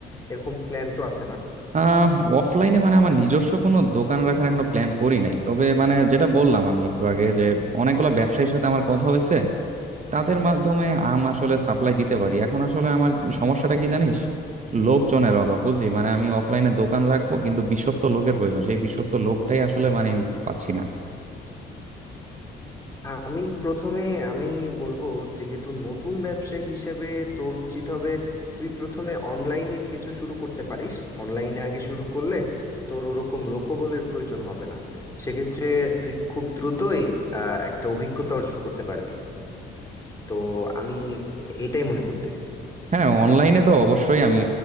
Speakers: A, on the left; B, on the right.
A: এরকম প্ল্যান তো আছে না
B: আহ অফলাইনে মানে আমার নিজস্ব কোনো দোকান রাখার এখনো প্ল্যান করি নাই তবে মানে যেটা বললাম আমি একটু আগে যে অনেকগুলো ব্যবসায়ীর সাথে আমার কথা হয়েছে তাদের মাধ্যমে আম আসলে সাপ্লাই দিতে পারি এখন আসলে আমার সমস্যাটা কি জানিস লোকজনের অভাব বুঝলি মানে আমি অফলাইনে দোকান রাখবো কিন্তু বিশ্বস্ত লোকের প্রয়োজন সেই বিশ্বস্ত লোকটাই আসলে মানে আমি পাচ্ছি না
A: আমি প্রথমে আমি বলবো যেহেতু নতুন ব্যবসায়ী হিসেবে তোর উচিত হবে তুই প্রথমে অনলাইনে কিছু শুরু করতে পারিস অনলাইনে আগে শুরু করলে তোর ওরকম লোকবলের প্রয়োজন হবে না সেক্ষেত্রে তুই খুব দ্রুতই আহ, একটা অভিজ্ঞতা অর্জন করতে পারবি তো আমি এটাই মনে করতেছি
B: হ্যাঁ অনলাইনে তো অবশ্যই আমি